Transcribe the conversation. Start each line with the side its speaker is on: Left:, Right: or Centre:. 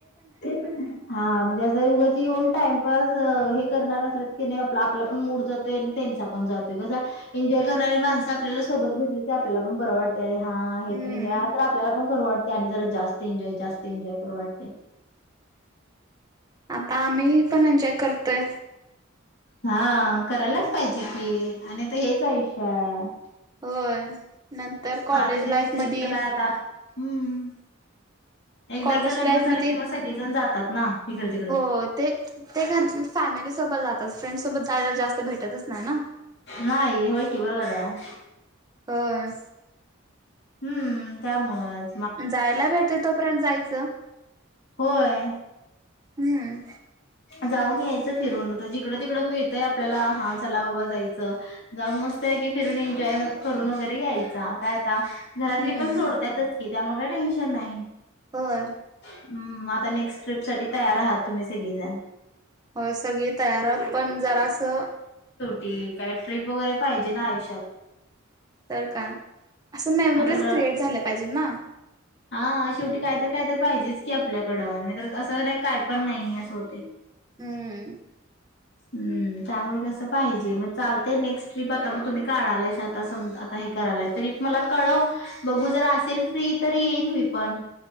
Left: ते पण आहे. हा म्हणजे असं येऊन उगाच टाइमपास हे करणार असल्या की नाही आप आपला पण मूड जातोय त्यांचा पण जातोय कसा एन्जॉय करणारी माणसं आपल्याला सोबत भेटली आपल्याला पण बरं वाटते. हा हे
Right: हम्म
Left: पण तर आपल्याला पण करू वाटते आणि जरा जास्त एन्जॉय जास्त एन्जॉय करू वाटते.
Right: आता आम्ही पण एन्जॉय करतोय
Left: हा करायलाच पाहिजे की आणि हेच आयुष्य हाय.
Right: होय. नंतर कॉलेज
Left: त्याच्या
Right: लाईफ
Left: व्यतिरिक्त
Right: मध्ये
Left: काय आता हम्म. एकदाच
Right: कॉलेज
Left: लग्न
Right: लाईफ
Left: झालं
Right: मध्ये
Left: कि मग सगळेजण जातात. ना. इकडे तिकडं
Right: हो ते ते घरच फॅमि ली सोबत जातत. फ्रेंड्स सोबत जायला जास्त भेटतच नाही ना.
Left: नाही होय की बरोबर आहे.
Right: होय.
Left: हम्म त्यामुळे.
Right: जायला भेटते तोपर्यंत जायचं.
Left: होय
Right: हम्म.
Left: जाऊन यायचं फिरून जर जिकडं तिकडं मिळतय आपल्याला हा चला बाबा जायचं जाऊन मस्त पैकी फिरून एन्जॉय करून वगैरे यायचा. काय आता घरातली
Right: हम्म
Left: पण सोडत्यातच की त्यामुळे काही टेन्शन नाही.
Right: होय
Left: हम् म ता नेक्स्ट ट्रिपसाठी तयार आहात तुम्ही सगळेजण
Right: हो सगळी तयारात पण जरा असं
Left: ते काय ट्रिप वगैरे पाहिजे ना आयुष्यात.
Right: तर का असं मेमरीज
Left: सगळं
Right: क्रिएट झाल्या पाहिजेत ना.
Left: हा शेवटी कायत काय तर पाहिजेच की आपल्याकडं आणि तर काय पण नाही अस होते.
Right: हम्म
Left: हम्म त्यामुळे कसं पाहिजे मग चालते नेक्स्ट ट्रीप आता मग तुम्ही काढालाय आता सम आता हे करायलाय तरी मला कळव बघू जर असेल फ्री तर येईन मी पण.